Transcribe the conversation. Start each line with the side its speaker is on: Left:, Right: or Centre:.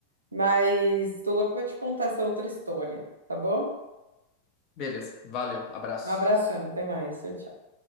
Right: Mas tô louca pra te contar essa outra história, tá bom?
Left: Beleza, valeu, abraço.
Right: Um abração, até mais. Tchau, tchau.